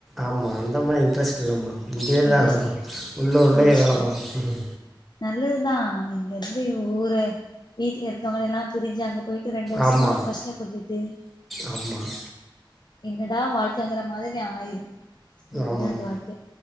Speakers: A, in the centre; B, on the left.
A: ஆமா அந்த மார் இன்ட்ரஸ்ட் இல்ல மேம் இங்கயே
B: இன்டஸ்ட்டு
A: தா மேடம் உள்ளூர்லே
B: இன்டஸ்ட்டு
A: வேல பாக்கனு
B: நல்லதுதா இங்கருந்து ஊர வீட்ல இருக்கறவங்களெல்லா பிரிஞ்சு அங்க போயிட்டு ரெண்டு வர்ஷோ
A: ஆமாம்
B: கஷ்டப்பட்டுட்டு
A: ஆமாம்
B: என்னடா வாழ்க்கங்கற மாதிரி ஆயிரு இந்த வெள்நாட்டு
A: ஆமாம்
B: வாழ்க்க